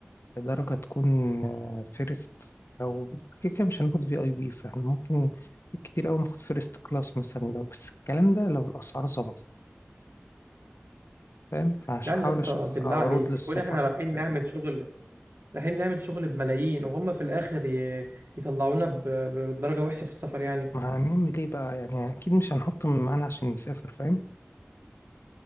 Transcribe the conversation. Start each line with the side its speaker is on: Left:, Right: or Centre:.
Left: درجة تكون فيرست او كده كده مش هناخد في اي بي فاحنا ممكن كتير اوي ناخد فيرست كلاس مثلا لو بس الكلام ده لو الاسعار ظبطت فاهم فهحاول
Right: يعني يا اسطى
Left: اشوف
Right: بالله
Left: عروض
Right: عليك
Left: للسفر
Right: يكون احنا رايحين نعمل شغل رايحين نعمل شغل بملايين وهم في الاخر ي... يطلعونا ب... بدرجة وحشة في السفر يعني
Left: ما هنعمل ايه بقى يعني اكيد مش هنحط من معانا عشان نسافر فاهم